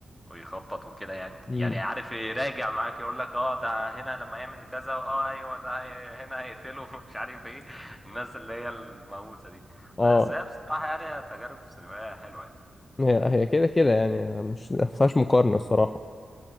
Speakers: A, in the centre; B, on the left.
A: ويخطط وكده يعني
B: مم.
A: يعني عارف يراجع معاك يقول لك اه ده هنا لما يعمل كذا اه ايوه ده هي- هنا هيقتله <laughs> مش عارف ايه الناس اللي هي المهووسه دي
B: اه
A: بس هي بصراحه يعني تجارب سينمائيه حلوه يعني.
B: هي هي كده كده يعني مش ما فيهاش مقارنه الصراحه